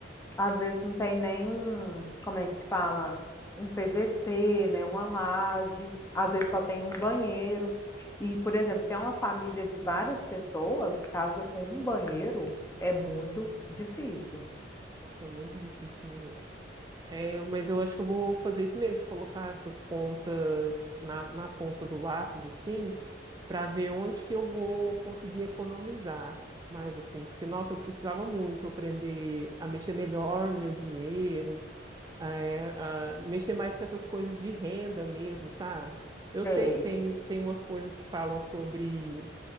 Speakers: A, on the left; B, on the right.
A: Às vezes não tem nem um, como é que fala? Um PVC, né? Uma laje, às vezes só tem um banheiro. E, por exemplo, se é uma família de várias pessoas, casa com um banheiro é muito difícil.
B: Nossa, muito difícil mesmo. É, mas eu acho que eu vou fazer isso mesmo, de colocar essas contas na, na ponta do lápis, assim, para ver onde que eu vou conseguir economizar mais, assim, porque, nossa, eu precisava muito aprender a mexer melhor no meu dinheiro, é, a mexer mais com essas coisas de renda mesmo, sabe? Eu
A: Sei.
B: sei que tem, tem umas coisas que falam sobre